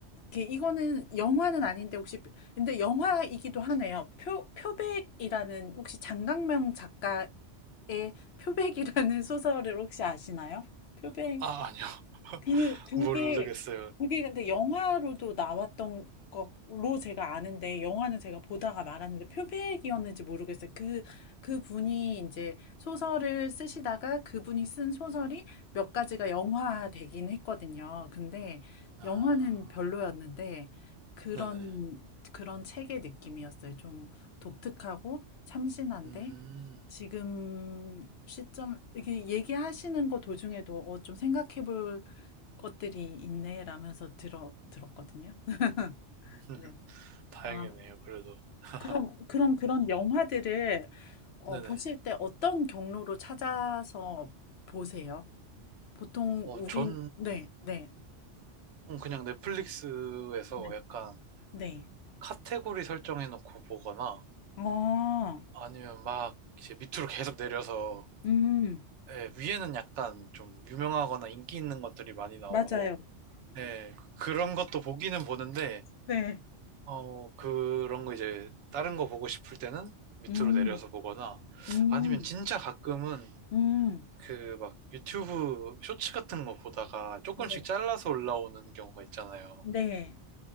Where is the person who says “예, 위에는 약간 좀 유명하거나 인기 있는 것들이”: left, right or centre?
Right